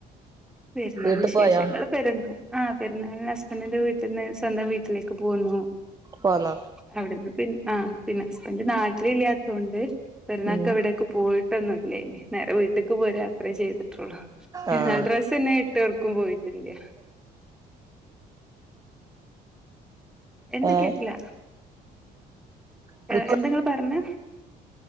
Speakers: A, in the centre; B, on the right (about 20°).
A: പെരുന്നാള്
B: വീട്ട്
A: വിശേഷങ്ങള്
B: പോയോ
A: പെരുന്ന ആഹ് പെരുന്നാളിന് ഹസ്ബൻഡിന്റെ വീട്ടിന്ന് സ്വന്തം വീട്ടിലേക് പോൽന്നു
B: പോന്നോ.
A: അവിടെന്ന് പിന്നെ ആഹ് പിന്നെ ഹസ്ബൻ്റ് നാട്ടിലില്ല്യാത്തോണ്ട് പെരുന്നാക്കവ്ടെ
B: ഉം
A: ക്ക് പോയിട്ടൊന്നുല്ലേനി. നേരെ വീട്ട്ക്ക് പോരാ അത്രേ ചെയ്ത്ട്ടുള്ളൂ. <unintelligible>
B: ആഹ്
A: സ്ന്നേ വിട്ട് എട്ക്കും പോയിട്ടില്ല്യ. എന്ത്
B: ഏഹ്
A: കേട്ട്ല്ല.
B: ട്രിപ്പ്
A: ഏഹ്, എന്താങ്ങള് പർഞ്ഞേ?